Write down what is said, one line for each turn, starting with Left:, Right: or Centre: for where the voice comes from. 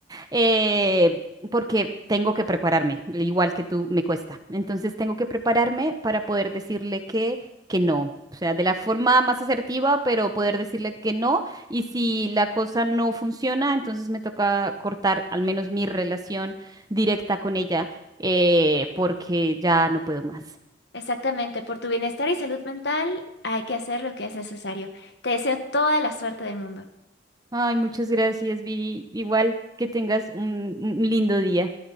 Right: eh, porque tengo que prepararme, igual que tú me cuesta. Entonces tengo que prepararme para poder decirle que, que no, o sea, de la forma más asertiva, pero poder decirle que no, y si la cosa no funciona, entonces me toca cortar al menos mi relación directa con ella eh, porque ya no puedo más.
Left: Exactamente, por tu bienestar y salud mental hay que hacer lo que es necesario. Te deseo toda la suerte del mundo.
Right: Ay, muchas gracias, Viri. Igual que tengas un un lindo día.